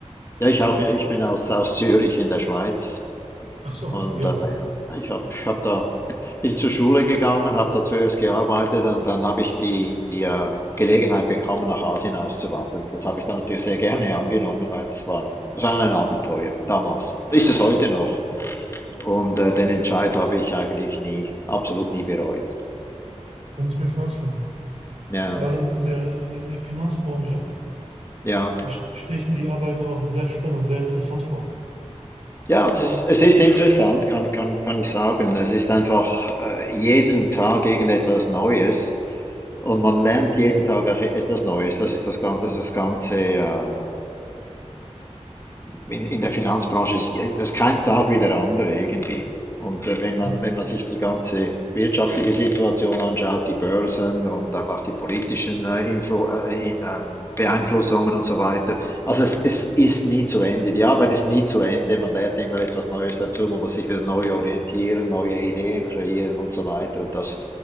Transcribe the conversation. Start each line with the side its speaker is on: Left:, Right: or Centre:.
Left: Ja, ich auch. ja, Ich bin aus, aus Zürich in der Schweiz.
Right: Ach so,
Left: Und
Right: ja.
Left: äh, ja, ich habe ich hab da, bin zur Schule gegangen, habe da zuerst gearbeitet und dann habe ich die äh, Gelegenheit bekommen, nach Asien auszuwandern. Und das habe ich dann natürlich sehr gerne angenommen, weil das war, das war ein Abenteuer damals. Ist es heute noch. Und äh, den Entscheid habe ich eigentlich nie, absolut nie bereut.
Right: Kann ich mir vorstellen.
Left: Ja,
Right: Vor allem in der äh, Finanzbranche
Left: ja.
Right: da st- stelle ich mir die Arbeit auch sehr spannend und sehr interessant vor.
Left: Ja, das ist, es ist interessant, kann, kann, kann ich sagen. Es ist einfach äh, jeden Tag irgendetwas Neues. Und man lernt jeden Tag auch e-, etwas Neues. Das ist das Ganze, das, ist das Ganze ähm, in, in der Finanzbranche, ist, äh, das ist kein Tag wie der andere irgendwie. Und äh, wenn
Right: Ja.
Left: man, wenn man sich die ganze wirtschaftliche Situation anschaut, die Börsen und dann auch die politischen äh, Influ äh, in, ähm, Beeinflussungen und so weiter, also es, es ist nie zu Ende. Die Arbeit ist nie zu Ende. Man lernt immer etwas Neues dazu. Man muss sich wieder neu orientieren, neue Ideen kreieren und so weiter. Und das,